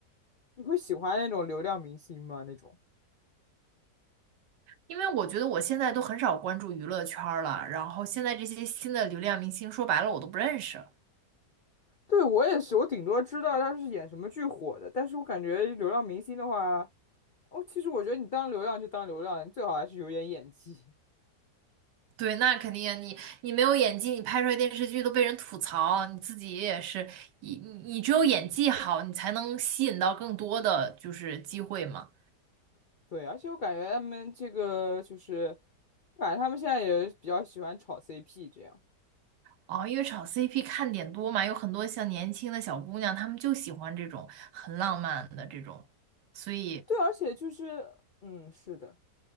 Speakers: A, on the left; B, on the right.
A: 你会喜欢那种流量明星吗？那种？
B: 因为我觉得我现在都很少关注娱乐圈儿了，然后现在这些新的流量明星，说白了我都不认识。
A: 对，我也是，我顶多知道他是演什么剧火的，但是我感觉流量明星的话，哦，其实我觉得你当流量就当流量了你最好还是有点演技。
B: 对，那肯定啊，你你没有演技，你拍出来电视剧都被人吐槽，你自己也是，你你你只有演技好，你才能吸引到更多的就是机会嘛。
A: <laughs> 对，而且我感觉他们这个就是反正他们现在也比较喜欢炒 CP 这样。
B: 哦，因为炒 CP 看点多嘛，有很多像年轻的小姑娘，她们就喜欢这种很浪漫的这种，所以，
A: 对，而且就是，嗯，是的，